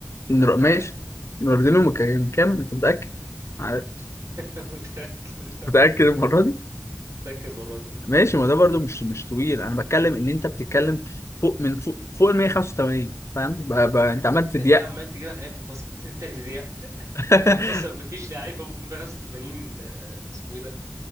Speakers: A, on the left (about 65°); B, on the right (about 80°).
A: نر-
B: فانت
A: ماشي رونالدينو كان كام انت متاكد عارف-
B: <laughs> متأكد
A: متاكد المره دي
B: متأكد المرة دي اه
A: ماشي ما ده برضو مش مش طويل انا بتكلم ان انت بتتكلم فوق من فوق فوق ال 185 فاهم ب... ب... انت عمال
B: انت
A: تضيق
B: ليه عمال تجيبها في لعيبة الباسكت انت اللي بتضيع
A: <laughs>
B: <laughs> منفصل مفيش لعيبة <laughs> في 85 آه، اسمه ايه ده